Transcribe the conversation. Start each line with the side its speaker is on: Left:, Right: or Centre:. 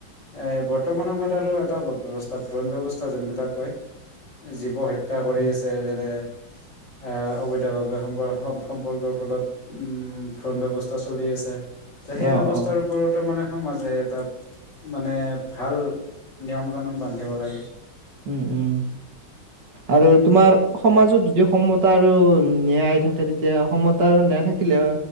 Left: এই বৰ্তমান সময়ত আৰু এটা ব্য ব্যৱস্থা ভ্ৰণ ব্যৱস্থা যোনবিলাক কয়, জীৱ হত্যা হত্যা কৰি
Right: উম
Left: আছে, যেনে আ অবৈধভাৱে সম্প সম্পৰ্কৰ ফলত উম ভ্ৰন ব্যৱস্থা চলি আছে। তহ সেই
Right: অ
Left: ব্যৱস্থাৰ
Right: অ
Left: ওপৰতো মানে সমাজে এই এটা মানে ভাল নিয়ম কানুন বান্ধিব লাগে
Right: উম উম আৰু তোমাৰ সমাজত যদি সমতা আৰু ন্যায় থাকে তেতিয়া সমতা আৰু ন্যায় থাকিলে